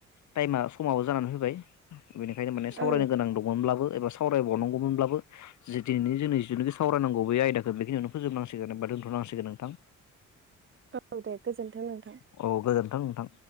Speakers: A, on the left; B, on the right.
A: टाइमा समाबो जानानै फैबाय बेनिखायनो माने सावरायनो
B: औ
A: गोनां ब्लाबो एबा सावरायबावनांगौमोनब्लाबो जे दिनै जों जिथुनिखि सावरायनांगौ बे आयदाखौ बेखिनियावनो फोजोबनांसिगोन होनबा दोनथ'नांसिगोन नोंथां।
B: औ दे गोजोन्थों नोंथां।
A: औ गोजोन्थों नोंथां।